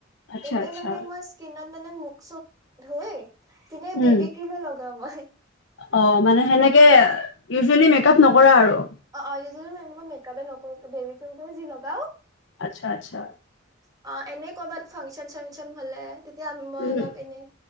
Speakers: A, on the left; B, on the right.
A: আচ্ছা
B: এনে
A: আচ্ছা
B: মানে মই, স্কিনত মানে <unintelligible> তেনে
A: উম
B: বেবীক্ৰীম এ লগাওঁ মই।
A: অ', মানে সেনেকে, ইউজুৱেলি মেক আপ নকৰা আৰু।
B: অ', অ', উজুৱেলী মই মেক-আপে নকৰো, বেবীক্ৰীমটোয়ে যি লগাওঁ।
A: আচ্ছা, আচ্ছা।
B: অ, এনে কৰবাত ফাংচন, চাংচন হলে, তেতিয়া মই
A: উম
B: অলপ এনে